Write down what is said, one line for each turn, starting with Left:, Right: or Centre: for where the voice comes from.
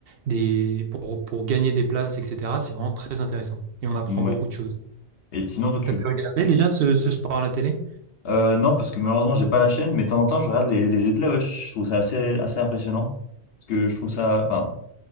Right: des, pour, pour gagner des places, etc., c'est vraiment très intéressant. Et on apprend
Left: ouais.
Right: beaucoup de choses.
Left: Et sinon, toi, tu...
Right: T'as pu regarder déjà ce, ce sport à la télé?
Left: Euh, non, parce que malheureusement, j'ai pas la chaîne, mais de temps en temps, je regarde les, les replays, ouais, je trouve ça assez, assez impressionnant. Parce que je trouve ça... Enfin,